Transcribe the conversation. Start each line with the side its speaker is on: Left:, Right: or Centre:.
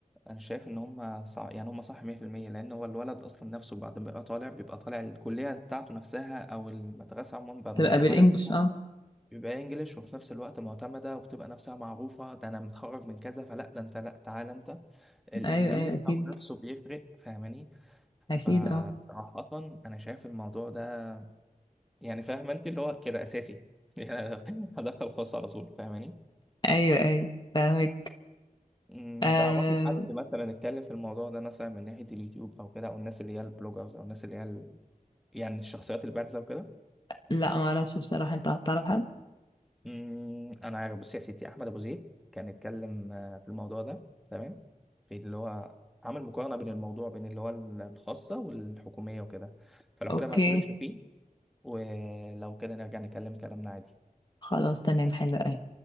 Centre: انا شايف ان هم صح يعني هم صح 100% لان هو الولد اصلا نفسه بعد ما بيبقى طالع بيبقى طالع الكليه بتاعته نفسها او المدرسه عموما بعد
Left: تبقى
Centre: ما يبقى
Left: بالانجلش
Centre: طالع منها
Left: اه
Centre: بيبقى انجليش وفي نفس الوقت معتمده وبتبقى نفسها معروفه ده انا متخرج من كذا فلا ده انت لا تعالى انت الانجليزي
Left: ايوه ايوه
Centre: بتاعه
Left: اكيد
Centre: نفسه بيفرق فاهماني
Left: اكيد
Centre: فصراحة
Left: اه
Centre: أنا شايف الموضوع ده يعني فاهم أنت اللي هو كده أساسي <laughs> يعني أنا هدخل خاص على طول فاهماني
Left: ايوه ايوه فاهمك
Centre: أمم،
Left: آه
Centre: تعرفي حد مثلا اتكلم في الموضوع ده مثلا من ناحية اليوتيوب أو كده أو الناس اللي هي البلوجرز أو الناس اللي هي ال... يعني الشخصيات البارزة وكده
Left: لا ما اعرفش بصراحه انت هتعرف حد
Centre: أمم، أنا عارف بصي يا ستي أحمد أبو زيد كان اتكلم آه، في الموضوع ده تمام في اللي هو عمل مقارنة بين الموضوع بين اللي هو الخاصة والحكومية وكده فلو
Left: اوكي
Centre: كده ابعتهولك شوفيه ولو كده نرجع نكلم كلامنا عادي
Left: خلاص تمام حلو أوي